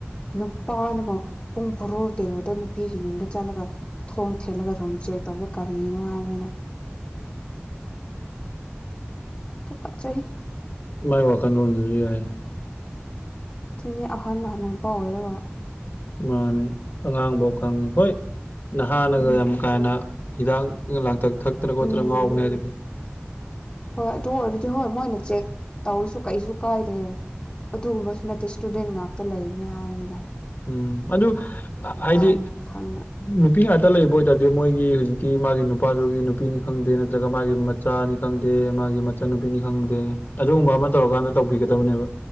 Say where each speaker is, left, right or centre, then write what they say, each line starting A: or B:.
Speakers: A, on the left; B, on the left.
A: ꯅꯨꯄꯥꯅꯕꯥꯎ ꯄꯨꯡ ꯕꯥꯔꯣ ꯇꯦꯔꯣꯗ ꯅꯨꯄꯤꯒꯤ ꯌꯨꯝꯗ ꯆꯠꯂꯒ ꯊꯣꯡ ꯊꯤꯜꯂꯒ ꯔꯨꯝꯖꯩ ꯀꯩ ꯇꯧꯁꯦ ꯀꯔꯤꯅꯣ ꯍꯥꯏꯕꯅꯤꯅ
B: <inaudible>
A: ꯇꯨꯀꯠꯆꯩ
B: ꯃꯥꯏ ꯋꯥꯥꯈꯜꯂꯣꯟꯗꯨꯁꯨ ꯌꯥꯏ
A: ꯑꯗꯨꯅꯦ ꯑꯍꯟ ꯍꯅꯨꯄꯥ ꯑꯣꯏꯔꯒ
B: ꯃꯥꯅꯦ ꯑꯉꯥꯡꯐꯥꯎ ꯈꯪꯉꯦ ꯍꯣꯏ ꯅꯍꯥꯅꯒ
A: ꯎꯝ
B: ꯌꯥꯝ ꯀꯥ ꯍꯦꯟꯅ ꯍꯤꯗꯥꯛ ꯂꯥꯡꯊꯛ ꯊꯛꯇꯅ ꯈꯣꯠꯇꯅ
A: ꯎꯝ
B: ꯉꯥꯎꯕꯅꯦ ꯍꯥꯏꯗꯤ ꯐꯩ
A: ꯍꯣꯏ ꯑꯗꯨ ꯑꯣꯏꯔꯗꯤ ꯍꯣꯏ ꯃꯣꯏꯅ ꯆꯦꯛ ꯇꯧꯔꯁꯨ ꯀꯩꯁꯨ ꯀꯥꯏꯗꯦ ꯑꯗꯨꯒꯨꯝꯕꯁꯨ ꯅꯠꯇꯦ ꯏꯁꯇꯨꯗꯦꯟ ꯉꯥꯛꯇ ꯂꯩꯕꯅꯤ ꯍꯥꯏꯝꯅꯤꯗ
B: ꯎꯝ ꯑꯗꯨ ꯍꯥꯏꯗꯤ
A: ꯈꯪꯅ ꯈꯪꯅ
B: ꯅꯨꯄꯤ ꯉꯥꯛꯇ ꯂꯩꯕ ꯑꯣꯏꯇꯥꯔꯗꯤ ꯃꯣꯏꯒꯤ ꯍꯧꯖꯤꯛ ꯀꯤ ꯃꯥꯒꯤ ꯅꯨꯄꯥꯗꯨꯒꯤ ꯅꯨꯄꯤꯅꯤ ꯈꯪꯗꯦ ꯅꯠꯇ꯭ꯔꯒ ꯃꯥꯒꯤ ꯃꯆꯥꯅꯤ ꯈꯪꯗꯦ ꯃꯥꯒꯤ ꯃꯆꯥꯨꯟ ꯅꯨꯄꯤꯅꯤ ꯈꯪꯗꯦ ꯑꯗꯨꯒꯨꯝꯕ ꯑꯃ ꯇꯧꯔꯀꯥꯟꯗ ꯇꯧꯕꯤꯒꯗꯕꯅꯦꯕ